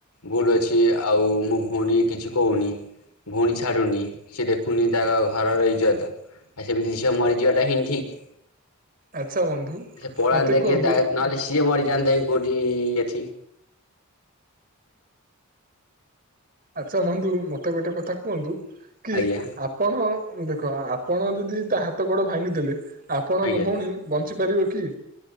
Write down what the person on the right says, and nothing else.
ଆଚ୍ଛା ବନ୍ଧୁ
ମତେ କୁହନ୍ତୁ
ଆଚ୍ଛା ବନ୍ଧୁ ମତେ ଗୋଟେ କଥା କୁହନ୍ତୁ କି
ଆପଣ ଦେଖ ଆପଣ ଯଦି ତା ହାତ ଗୋଡ ଭାଙ୍ଗିଦେଲେ ଆପଣଙ୍କ
ଭଉଣୀ ବଞ୍ଚି ପାରିବ କି?